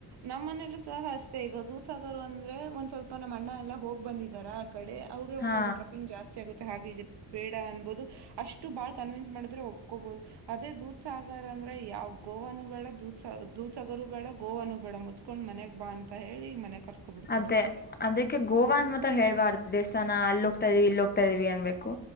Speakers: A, on the right; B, on the left.
A: ನಮ್ಮ್ನೇಲ್ಲೂ ಸಹ ಅಷ್ಟೇ ಈಗ ದೂಸಾಗರ್ ಅಂದ್ರೆ ಒಂದ್ ಸ್ವಲ್ಪನ ಅಣ್ಣ ಎಲ್ಲಾ ಹೋಗಿ ಬಂದಿದಾರ. ಕಡೆ ಅವ್ರ
B: ಹಾ
A: ಒಂದ ಸ್ವಲ್ಪಟ್ರಿಂಗ್ ಜಾಸ್ತಿ. ಆಗುತ್ತೆ ಹಾಗೆ ಬೇಡ ಅನ್ಬೋುದು ಅಷ್ಟು ಬಾಳ್ ಕನ್ವಿನ್ಸ್ ಮಾಡಿದ್ರೆ ಒಪ್ಕೋಬಹುದು. ಅದೇ ದೂಧ್ ಸಾಗರ್ ಅಂದ್ರೆ ಯಾವ್ ಗೋವಾನೂ ಬೇಡ ದೂ್ ಸಾಗ ದೂದ್ ಸಾಗರ್ೂ ಬೇಡ ಗೋವಾನು ಬೇಡ ಮುಚ್. ಇಕೊಂಡ್ ಮನೆಗ್ ಬಾ ಅಂತ ಹೇಳಿ ಮನೆಗ್ ಕರ್ಸ್ಕೊಬಿಡ್ತಾರ
B: ಅದೇ
A: ಅಷ್ಟೇ.
B: ಅದಕ್ಕೆ ಗೋವಾ ಅಂದ ಮಾತ್ರ ಹೇಬಾರ್ದ ದೇವಸ್ಥಾನ ಅಲ್ಲಿ ಹೋಗ್ತಾ ಇದ್ದೀವಿ ಇಲ್ಲಿ ಹೋಗ್ತಾ ಇದೀವಿ ಅನ್ಬೇಕು.